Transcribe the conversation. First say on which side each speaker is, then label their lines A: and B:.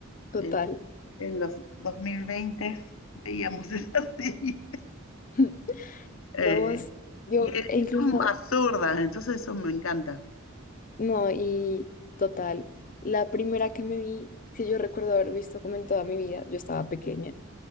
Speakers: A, on the left; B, on the left.
A: total.
B: en, en los 2020 veíamos <laughs> esa serie.
A: <laughs>
B: Eh,
A: No, sí, yo,
B: y es-
A: e incluso,
B: son absurdas, entonces eso me encanta.
A: no, y total. La primera que me vi, que yo recuerdo haber visto como en toda mi vida, yo estaba pequeña,